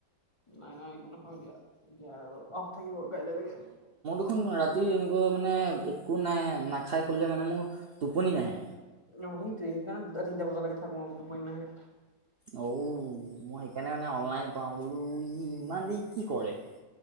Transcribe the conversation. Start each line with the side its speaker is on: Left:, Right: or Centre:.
Left: নাই নাই একো নাখাও এতিয়া এতিয়া আৰু অফ থাকিব কাইলৈকে
Right: এখন ৰাতি এনেকুৱা মানে একো নাই নাখাই শুলে মানে মোৰ টোপনি নাহে
Left: অ সেইটোয়ে সেইকাৰণে দুটা তিনটা বজালৈকে থাকো আক টোপনি নাহে
Right: অঔ মই সেইকাৰণে মানে অনলাইন পাওঁ বোলো ই ইমান দেৰি কি কৰে